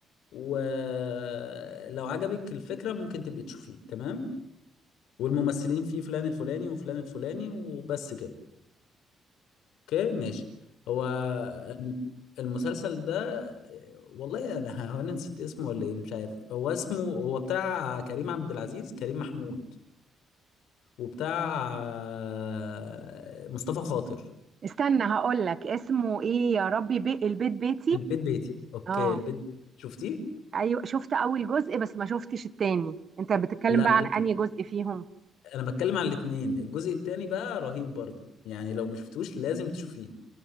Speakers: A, on the left; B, on the right.
A: ولو عجبك الفكرة ممكن تبقي تشوفيه تمام والممثلين فيه فلان الفلاني وفلان الفلاني وبس كده اوكي ماشي هو الم- المسلسل ده آه، والله انا هو انا نسيت اسمه ولا ايه مش عارف هو اسمه هو بتاع كريم عبد العزيز كريم محمود وبتاع آه، مصطفى خاطر
B: استنى هقول لك اسمه ايه يا ربي بي البيت بيتي
A: البيت بيتي اوكي
B: اه
A: البيت بيتي. شفتيه
B: ايوه شفت اول جزء بس ما شفتش التاني انت بتتكلم
A: لا
B: بقى
A: بص
B: عن انهي جزء فيهم
A: انا بتكلم على الاتنين الجزء التاني بقى رهيب برضه يعني لو ما شفتوش لازم تشوفيه